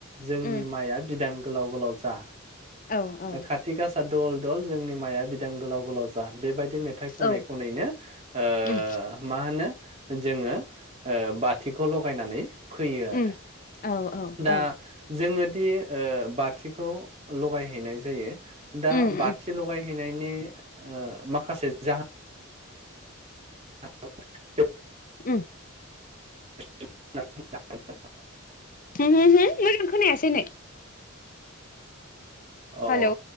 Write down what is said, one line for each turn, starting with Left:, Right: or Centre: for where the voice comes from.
Right: जोंनि
Left: उम
Right: माइआ बिदां गोलाव गोलाव जा
Left: औ औ।
Right: दा खाथि गासा दल दल जोंनि माइआ बिदां गोलाव गोलाव जा बेबायदि मेथाइ खनै
Left: औ
Right: खनैनो ओ
Left: उम
Right: मा होनो जोङो ओ बाथिखौ लगायनानै फैयो आरो।
Left: उम औ औ
Right: दा
Left: औ
Right: जोङो दि बाथिखौ लगायहैनाय जायो। दा
Left: उम
Right: बाथि
Left: उम
Right: लगाय हैनायनि ओ माखासे जाहो <unintelligible>
Left: उम
Right: <unintelligible>
Left: हम होम होम मोजां खोनायासै नै
Right: अ
Left: हेलौ